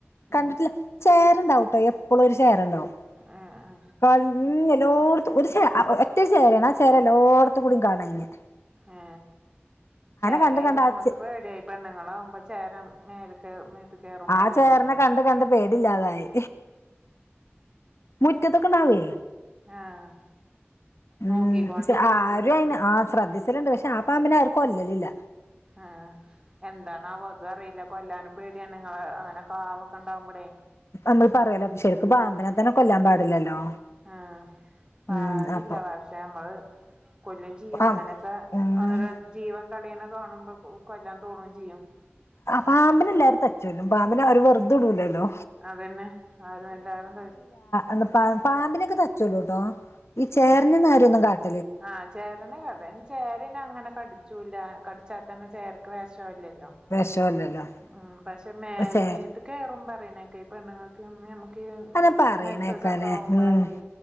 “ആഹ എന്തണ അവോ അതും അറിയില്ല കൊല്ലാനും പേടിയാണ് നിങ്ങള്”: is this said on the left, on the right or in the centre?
Right